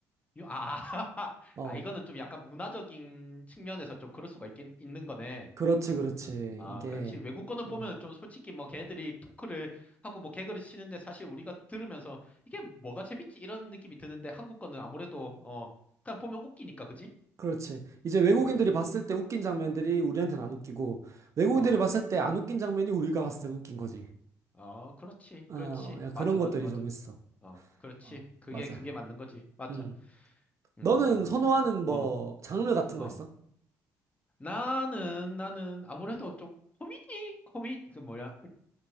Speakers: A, on the left (about 20°); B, on the right (about 45°).
A: 유- 아, <laughs>
B: 어,
A: 아, 이거는 좀 약간 문화적인 측면에서 좀 그럴 수가 있긴, 있는 거네.
B: 그렇지, 그렇지.
A: 아,
B: 이게,
A: 그렇지. 외국 거는
B: 어,
A: 보면 좀 솔직히 뭐 걔네들이 토크를 하고 뭐 개그를 치는데 사실 우리가 들으면서 이게 뭐가 재밌지? 이런 느낌이 드는데 한국 거는 아무래도 어, 그냥 보면 웃기니까, 그지?
B: 그렇지. 이제 외국인들이
A: 음.
B: 봤을 때 웃긴 장면들이 우리한테는 안 웃기고, 외국인들이
A: 어,
B: 봤을 때 안 웃긴 장면이 우리가 봤을 때 웃긴 거지.
A: 어, 그렇지.
B: 어,
A: 그렇지.
B: 야,
A: 맞아,
B: 그런 것들이
A: 맞아, 맞아.
B: 좀 있어.
A: 어, 그렇지.
B: 어,
A: 그게,
B: 맞아.
A: 그게 맞는 거지. 맞아.
B: 음. 너는
A: 음,
B: 선호하는
A: 그-
B: 뭐
A: 어,
B: 장르 같은
A: 어.
B: 거 있어?
A: 나는, 나는 아무래도 좀 코미디? 코미, 그 뭐야.